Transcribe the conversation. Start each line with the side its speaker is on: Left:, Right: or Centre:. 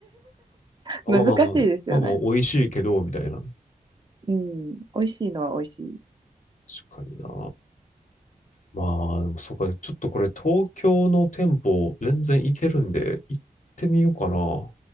Left: あまあまあまあ、
Right: 難しいですよね。
Left: まあまあ、美味しいけど、みたいな。
Right: うん、美味しいのは美味しい。
Left: 確かにな。まあ、でもそうか、ちょっとこれ東京の店舗全然行けるんで、行ってみようかな。